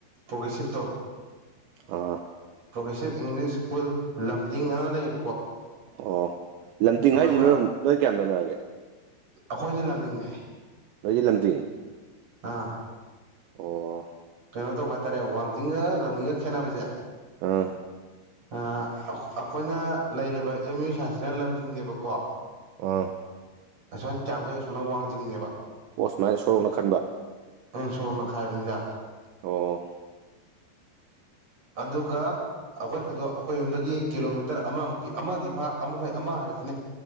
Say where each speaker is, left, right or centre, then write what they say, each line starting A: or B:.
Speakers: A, on the right; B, on the right.
A: ꯄ꯭ꯔꯣꯒ꯭ꯔꯦꯁꯤꯞ ꯇꯣ꯫
B: ꯑꯥ꯫
A: ꯄ꯭ꯔꯣꯒ꯭ꯔꯦꯁꯤꯞ ꯏꯪꯂꯤꯁ ꯁ꯭ꯀꯨꯜ ꯂꯝꯗꯤꯤꯡ ꯑꯅ ꯂꯩꯕ
B: ꯑꯣ ꯂꯝꯇꯤꯡ
A: ꯑꯩꯈꯣꯏ
B: ꯍꯥꯏꯁꯤ
A: ꯃꯅꯥꯛ
B: ꯅꯣꯏꯔꯣꯝ ꯅꯣꯏ ꯀꯌꯥꯝ ꯅꯛꯅꯔꯒꯦ꯫
A: ꯑꯩꯈꯣꯏꯁꯦ ꯂꯝꯗꯤꯡꯅꯦ꯫
B: ꯅꯣꯏꯗꯤ ꯂꯝꯗꯤꯡ
A: ꯑꯥ
B: ꯑꯣ꯫
A: ꯀꯩꯅꯣ ꯇꯧꯕ ꯍꯥꯏꯇꯥꯔꯦ ꯋꯥꯡꯖꯤꯡꯒ ꯂꯝꯅꯤꯡꯒ ꯈꯦꯠꯅꯕꯁꯦ
B: ꯑꯥ
A: ꯑꯩꯈꯣꯏꯅ ꯂꯩꯔꯤꯕ ꯑꯦꯝ ꯌꯨ ꯁꯥꯁꯤꯅ ꯂꯝꯗꯤꯡꯅꯦꯕꯀꯣ
B: ꯑꯥ
A: ꯑꯁꯣ ꯀꯌꯥꯝꯒꯩ ꯑꯁꯣꯅ ꯋꯥꯡꯖꯤꯡꯅꯦꯕ
B: ꯑꯣꯁ ꯄꯂꯥꯏ ꯁꯣꯅ ꯈꯟꯕ
A: ꯎꯝ ꯁꯣꯔꯣ ꯃꯈꯥꯏ ꯍꯥꯏꯕꯅꯤꯒ
B: ꯑꯣ
A: ꯑꯗꯨꯒꯥ꯫ ꯑꯩꯈꯣꯏ ꯁꯀ꯭ꯨꯜꯗꯣ ꯑꯩꯈꯣꯏ ꯌꯨꯝꯗꯒꯤ ꯀꯤꯂꯣꯃꯤꯇꯔ ꯑꯃꯃꯨꯛꯀꯤ ꯑꯃꯗꯤ ꯐꯥ ꯑꯃꯍꯣꯏ ꯑꯃ ꯍꯥꯏꯔꯁꯤꯅꯦ꯫